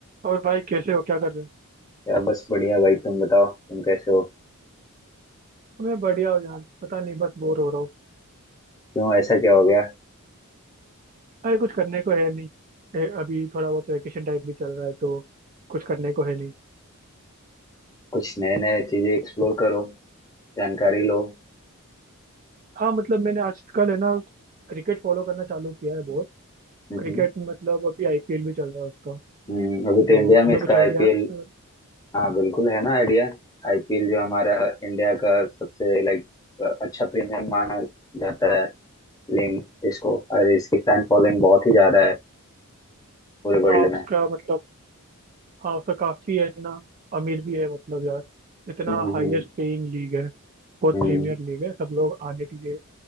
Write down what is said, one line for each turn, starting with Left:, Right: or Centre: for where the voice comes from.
Right: और भाई कैसे हो क्या कर रहे हो
Left: या बस बढ़िया भाई तुम बताओ तुम कैसे हो
Right: मैं बढ़िया हूँ यार पता नहीं बस बोर हो रहा हूँ
Left: क्यों ऐसा क्या हो गया
Right: अरे कुछ करने को है नहीं ए, अभी थोड़ा बहुत वैकेशन टाइप भी चल रहा है तो कुछ करने को है नहीं
Left: कुछ नए नए चीजें एक्सप्लोर करो जानकारी लो
Right: हाँ मतलब मैंने आजकल है ना क्रिकेट फॉलो करना चालू किया है बहुत
Left: हम्म
Right: क्रिकेट मतलब अभी आईपीएल भी चल रहा है उसका
Left: हम्म, अभी तो
Right: तो
Left: इंडिया में
Right: तुम्हें
Left: इसका
Right: कुछ
Left: आईपीएल
Right: आइडिया है उसके बारे में?
Left: हाँ बिल्कुल है ना आइडिया आईपीएल जो हमारा इंडिया का सबसे लाइक अच्छा प्रीमियम माना जाता है लीग इसको और इसकी फैन फॉलोइंग बहुत ही ज्यादा है पूरे वर्ल्ड
Right: हाँ उसका
Left: में
Right: मतलब हाँ उसका काफी है ना अमीर भी है मतलब यार इतना
Left: Hmm
Right: हाईएस्ट पेइंग लीग है बहुत
Left: hmm
Right: प्रीमियर लीग है सब लोग आने के लिए